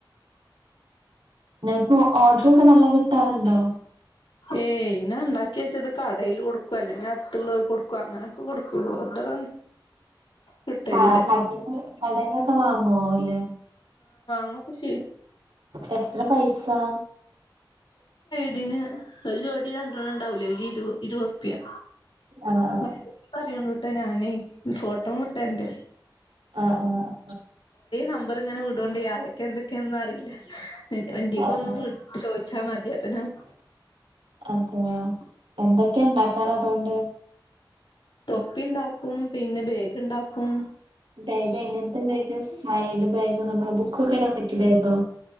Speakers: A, on the right; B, on the left.
A: നിക്ക് ഓർഡറൊക്കെ നല്ല കിട്ടാറുണ്ടോ?
B: ഏയ് ഇങ്ങനെ ഇണ്ടാക്കി വെച്ചത് കടേൽ കൊടുക്കും അല്ലെങ്കിൽ അടുത്തുള്ളോൽക്ക് കൊടുക്കും അങ്ങനൊക്കെ കൊടുക്കുള്ളൂ ഓർഡർ
A: <inaudible>
B: കിട്ടലില്ല
A: ആ കടേല് കടേലൊക്കെ വാങ്ങുവോ ഓല്
B: ആ കൃഷി.
A: എത്ര പൈസാ
B: ഇതിന് ഒരു ജോടി രണ്ടെണ്ണം ഇണ്ടാവില്ലെ ലിരു ഇരു പ്യ
A: ആഹ് ആഹ്
B: <unintelligible> ഫോട്ടോ മൊത്തം എന്റെ
A: ആഹ് ആഹ്
B: നമ്പർ ഇങ്ങനെ വിടോണ്ടി ആരൊക്കെ എന്തൊക്കെയാന്നൊന്നും അറിയില്ല. എൻ എന്റീക്കൊന്നു
A: അതെ
B: വിട്ട് ചോദിച്ചാ മതി അപ്പപിന്നെ
A: അതെയോ എന്തൊക്ക്യ എണ്ടാക്കാറ് അതോണ്ട്
B: തൊപ്പി ഇണ്ടാക്കും പിന്നെ ബേഗിണ്ടാക്കും.
A: ബാഗ് എങ്ങനത്തെ ബാഗ് സ്മൈലിടെ ബാഗോ നമ്മള് ബുക്കൊക്കെ ഇടാൻ പറ്റിയ ബാഗോ